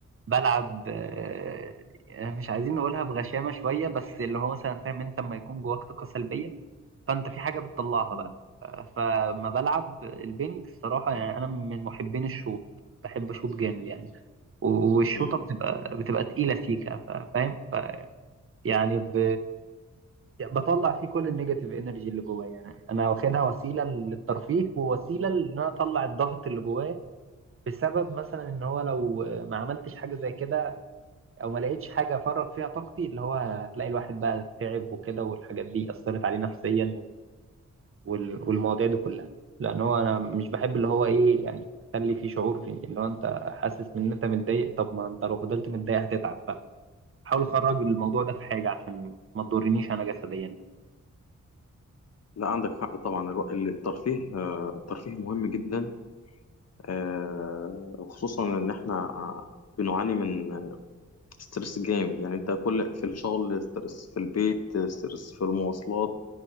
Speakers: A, on the right; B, on the left.
A: بلعب أه مش عايزين نقولها بغشامة شوية بس اللي هو مثلا فاهم انت لما يكون جواك طاقة سلبية فانت في حاجه بتطلعها
B: مم.
A: بقى آه، فما بلعب البنج الصراحه يعني انا من محبين الشوط بحب شوط جامد يعني و- والشوطه
B: مم.
A: بتبقى بتبقى تقيله سيكه ف- فاهم ف يعني ب... يعني بطلع فيه كل النيجاتيف انرجي اللي جوايا يعني انا واخدها وسيله للترفيه ووسيله ان انا اطلع الضغط اللي جوايا بسبب مثلا ان هو لو ما عملتش حاجه زي كده او ما لقيتش حاجه افرغ فيها طاقتي اللي هو هتلاقي الواحد بقى تعب وكده والحاجات دي اثرت عليه نفسيا وال- والمواضيع دي كلها لان هو انا مش بحب اللي هو ايه يعني اخلي فيه شعور بي- اللي هو انت حاسس ان انت متضايق طب ما انت لو فضلت متضايق هتتعب فحاول اخرج الموضوع ده في حاجه عشان ما تضرنيش انا جسديا
B: لا عندك حق طبعا الو- الترفيه آه، الترفيه مهم جدا آه، وخصوصا ان احنا آه، بنعاني من ستريس جامد يعني انت كل في الشغل ستريس في البيت ستريس في المواصلات